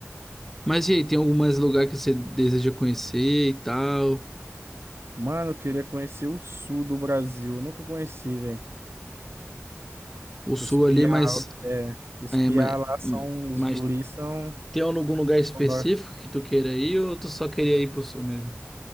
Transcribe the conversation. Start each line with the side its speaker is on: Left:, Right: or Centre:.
Centre: Mas e aí, tem algum mais lugar que você deseja conhecer e tal?
Right: Mano, eu queria conhecer o sul do Brasil. Eu nunca conheci, velho.
Centre: O sul
Right: Os piá,
Centre: ali, mas
Right: é, os
Centre: é,
Right: piá
Centre: mas-
Right: lá são, os
Centre: mais
Right: guris são,
Centre: Tem algum lugar específico
Right: são da-
Centre: que tu queira ir ou tu só queria ir pro sul mesmo?